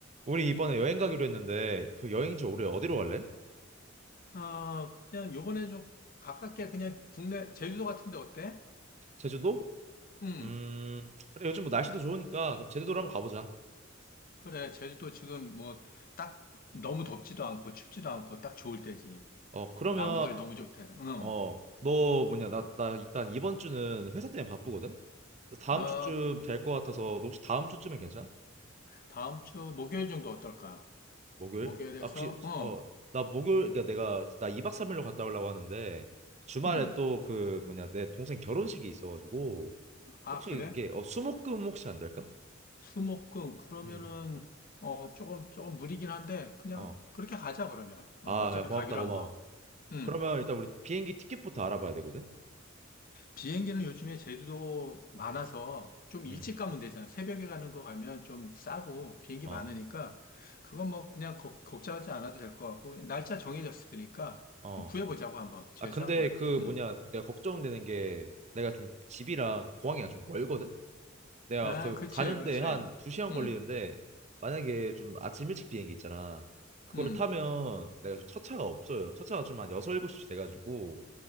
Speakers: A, on the right; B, on the left.
A: 우리 이번에 여행 가기로 했는데 그 여행지 올해 어디로 갈래?
B: 아, 그냥 요번에 좀 가깝게 그냥 국내 제주도 같은데 어때?
A: 제주도?
B: 음,
A: 음 그래 요즘 뭐 날씨도 좋으니까 그럼 제주도로 한번 가보자.
B: 그래. 제주도 지금 뭐 딱 너무 덥지도 않고 춥지도 않고 딱 좋을 때지.
A: 어 그러면
B: 또 나무들 너무 좋대. 음.
A: 어 너 뭐냐 나 나 일단 이번 주는 회사 때문에 바쁘거든. 그래서 다음
B: 아,
A: 주쯤 될 것 같아서 너 혹시 다음 주쯤엔 괜찮아?
B: 다음 주 목요일 정도 어떨까?
A: 목요일?
B: 목요일에서
A: 아 혹시
B: 어,
A: 어
B: 그-
A: 나 목요일 그러니까 내가 나 2박 3일로 갔다 오려고 하는데 주말에
B: 음.
A: 또 그 뭐냐 내 동생 결혼식이 있어가지고
B: 아,
A: 혹시
B: 그래?
A: 이게 어 수목금 혹시 안 될까?
B: 수목금 그러면은
A: 음
B: 어, 조금 조금 무리긴 한데 그냥
A: 어.
B: 그렇게 가자 그러면. 어,
A: 아,
B: 어차피
A: 야, 고맙다,
B: 가기로
A: 고마워.
B: 한 거. 음.
A: 그러면 일단 우리 비행기 티켓부터 알아봐야 되거든.
B: 비행기는 요즘에 제주도 많아서
A: 응,
B: 좀 일찍
A: 응,
B: 가면 되잖아요. 새벽에 가는 거 가면 좀 싸고 비행기
A: 어,
B: 많으니까 그건 뭐 그냥 걱- 걱정하지 않아도 될 것 같고 날짜 정해졌으니까
A: 어.
B: 그냥 구해보자고 한번 제일
A: 아 근데
B: 싼 걸로.
A: 그
B: 음.
A: 뭐냐 내가 걱정되는 게 내가 좀 집이랑 공항이랑 좀 멀거든. 내가
B: 아,
A: 그
B: 그렇지,
A: 가는데
B: 그렇지.
A: 한 두 시간
B: 음,
A: 걸리는데 만약에 좀 아침 일찍 비행기 있잖아. 그걸
B: 음.
A: 타면 내가 좀 첫차가 없어요. 첫차가 좀 한 여섯 일곱 시 돼가지고